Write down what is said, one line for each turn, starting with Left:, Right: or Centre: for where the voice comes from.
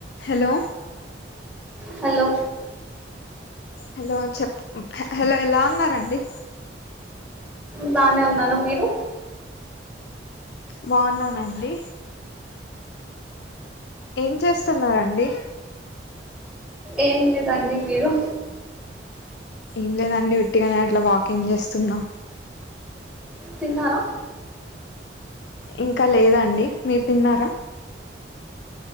Left: Hello
Centre: hello
Left: hello చెప్ హ hello ఎలా ఉన్నారండి
Centre: బానే ఉన్నాను మీరు
Left: బాగున్నానండి ఏం చేస్తున్నారండి
Centre: ఏం లేదండి మీరు
Left: ఏం లేదండి ఒట్టిగనే అట్లా వాకింగ్ చేస్తున్నా
Centre: తిన్నారా
Left: ఇంకా లేదండి మీరు తిన్నారా